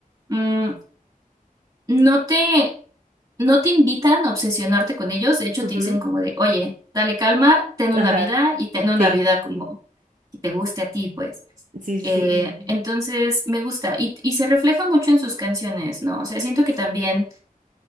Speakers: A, on the right; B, on the right.
A: mm, no te no te invitan a obsesionarte con ellos, de hecho
B: Ujú.
A: te dicen como de, oye, dale calma, ten
B: Ajá.
A: una vida y ten una
B: Sí.
A: vida como que te guste a ti, pues.
B: Sí, sí,
A: Eh,
B: sí.
A: Ujú. entonces me gusta y, y se refleja mucho en sus canciones, ¿no? O sea, siento que también